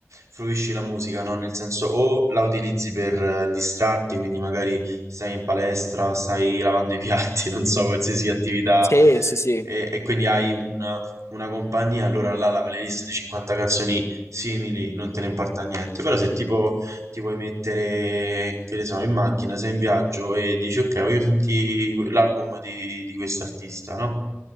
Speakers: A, on the right; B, on the left.
A: fruisci la musica, no? Nel senso, o la utilizzi per eh, distrarti, quindi magari stai in palestra, stai lavando i piatti, <laughs> non so, qualsiasi attività,
B: Sì, sì, sì,
A: e, e quindi hai un- una compagnia, allora là la playlist di 50 canzoni simili non te ne importa niente. Però se tipo ti vuoi mettere, che ne so, in macchina, sei in viaggio e dici, ok, voglio sentire l'album di, di quest'artista, no?